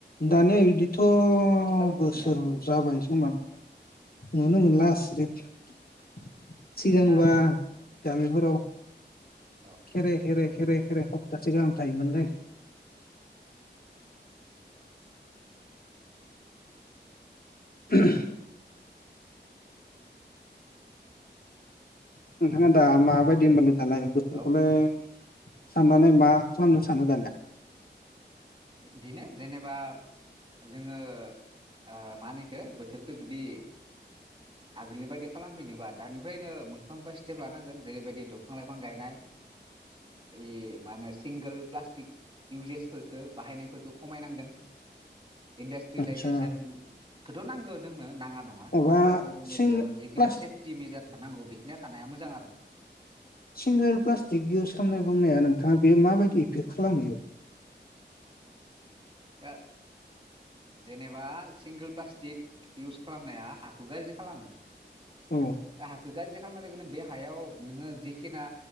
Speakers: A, on the left (about 55°); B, on the right (about 30°).
A: दानियादि। थह
B: आथिखालाव
A: बोसोर
B: नुनो मोनला न
A: जाबायसं नुनो मोनला। <unintelligible>
B: नुनो
A: सिगांबा
B: मोना आथिखाल
A: गामिफोराव
B: हेल'
A: खेरे खेरे। खेर खेरे खप्तासे गाहाम थायोमोनलै। ओम। नोंथाङा दा माबादि मोनो। दालाय बोथोरखौलाय।
B: औ
A: साननानै मा खालामनो सानो दानिया।
B: बेनो जेनेबा जोङो ओ मा होनोखो बोथोरखो जुदि आगोलनि बायदि खालामफैनोबा दानिफ्रायनो मोनफा मोनफा स्टेप लानांगोन जेरैबायदि दंफां लाइफां गायनाय बे मा होनो सिंगोल प्लास्टिक इउजेसफोरखो। बाहायनायफोरखौ खमायनांगोन। इन्डास्ट्रियेलाइजेसनखौथ
A: आदसा
B: नांगो जोंनो नाङा नङा
A: माबा
B: थेवब्लाबो जोङो
A: सिं
B: बेयाव जिखिनि
A: प्लास्टिक
B: सेफटि मेजार्स। थानांगौ बेखिनिया थानाया मोजां आरो।
A: सिंगोल प्लास्टिक इउस खालामनाय बुंनाया नोंथाङा बे माबायदि इफेक्ट खालामहैयो।
B: दा जेनेबा सिंगोल प्लास्टिक इउस खालामनाया हाखौ गाज्रि खालामो। दा
A: औ
B: हाखो। गाज्रि खालामनाय लोगो लोगोनो बे हायाव नोङो जिखिना